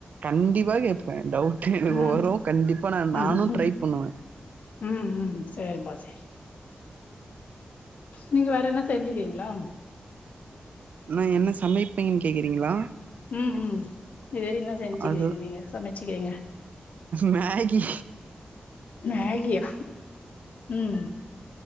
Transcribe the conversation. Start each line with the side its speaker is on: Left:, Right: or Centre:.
Right: கண்டிப்பா கேட்பே டவுட் எனக்கு
Left: ம்,
Right: வரும் கண்டிப்பா நான்
Left: ம்,
Right: நானு
Left: ம்,
Right: ட்ரை பண்ணுவ
Left: ம் ம் சேரிப்பா செரி நீங்க வேற என்ன செஞ்சிருங்களா
Right: நா என்ன சமைப்பேன்னு கேக்கரிங்கல
Left: ம் ம் இதுவெற என்ன செஞ்சிருக்கிங்க
Right: அது
Left: நீங்க சமச்சிக்கிரிங்க
Right: மேகி
Left: மேகியா ம்